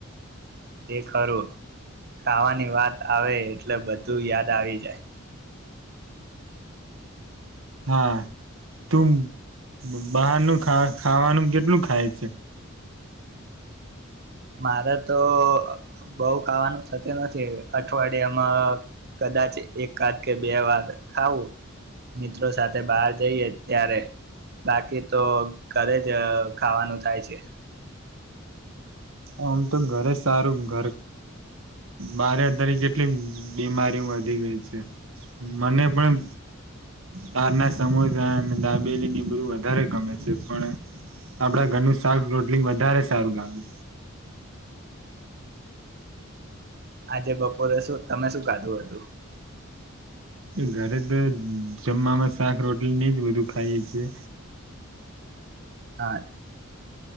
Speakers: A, on the right; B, on the right.
A: એ ખરુ ખાવાની વાત આવે એટલે બધું યાદ આવી જાય.
B: હા તું બહારનું ખાવા ખાવાનું કેટલું ખાય છે.
A: મારે તો અ બઉ ખાવાનું થતું નથી અઠવાડિયામાં કદાચ એક કાદ કે બે વાર ખાવું મિત્રો સાથે બહાર જઈએ ત્યારે બાકી તો ઘરે જ ખાવાનું થાય છે.
B: આમ તો ઘરે સારું ઘર બારે અત્યારે કેટલીક બીમારીઓ વધી ગઈ છે મને પણ બારના સમોસા અને દાબેલીને બધું વધારે ગમે છે પણ આપડા ઘરનું શાક રોટલી વધારે સારું ગામે
A: આજે બપોરે શું તમે શું ખાધું હતું.
B: ઘરે તો જમવામાં શાક રોટલીને જ બધું ખાઈએ છીએ.
A: હા-